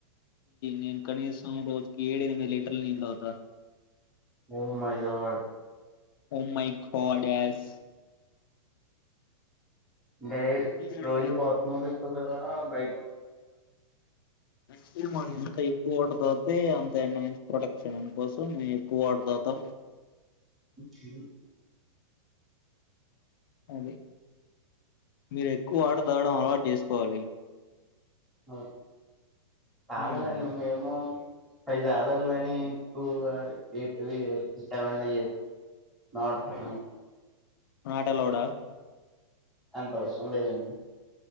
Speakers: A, on the left (about 45°); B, in the centre.
A: నేను కనీసం రోజుకి ఏడు ఎనిమిది లీటర్లు నీలు తాగుతా
B: oh my God
A: oh my God యజు
B: బే
A: అంటే మనం
B: రోజు బాక్స్ లో తీసుకుపోయారా బయట
A: అంటే మా ఎంత ఎక్కువ వాటర్ తాగుతే అంత ఎండ నుంచి ప్రొటక్షన్ కోసం మేము ఎక్కువ వాటర్ తాగుతాం
B: <unintelligible>
A: అదే మీరు ఎక్కువ వాటర్ తాగడం అలవాటు చేసుకోవాలి
B: అ కాదనండి
A: హ్మ్
B: మేమోమ్ అవి జాదరులు నని టూ ఆ ఎయిట్ సెవెన్ ఎయిట్ నాటు
A: నాటలోడ
B: అంత అవసరం లేదండి